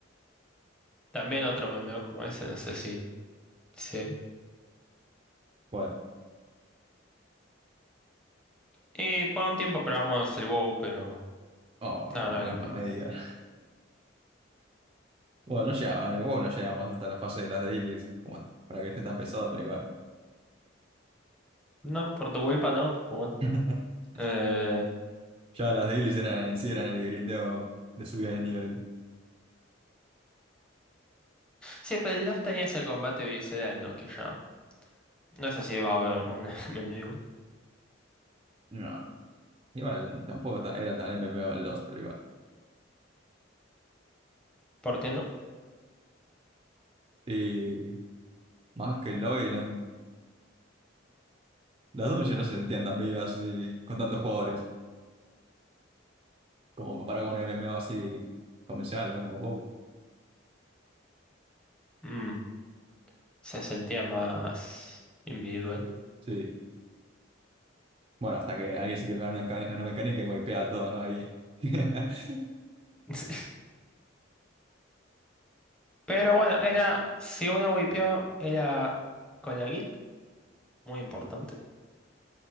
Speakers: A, in the centre; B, on the right.
A: también otro memeo como ese, no sé si. Sí.
B: ¿Cuál?
A: Y por un tiempo probamos el WoW, pero.
B: Oh,
A: No,
B: no,
A: no es lo
B: no
A: mismo.
B: me digas. Bueno, no llega, el WoW no llegamos hasta la fase de las dailies, como para que esté tan pesado, pero igual.
A: No, por tu culpa no, pero bueno.
B: <laughs>
A: Eh,
B: Ya las dailies eran en sí, eran el grindeo de subida de nivel.
A: sí, pero los tenías el combate visceral, ¿no? Que ya. No sé si va a haber un <laughs> MMA igual.
B: No, igual tampoco ta- era tan MMO el Lost, pero igual.
A: ¿Por qué no?
B: Y más que el lobby, no, las dungeons no se sentían tan vivas y con tantos jugadores, como comparado con un MMO así convencional, ¿no? Como WoW.
A: Mm, se sentía más individual.
B: Sí. Bueno, hasta que alguien se equivocara en una, ca- en una mecánica y wipeaba todo, ¿no? Ahí. <laughs>
A: <laughs> Pero bueno, era, si uno wipeaba, era con la guild, muy importante.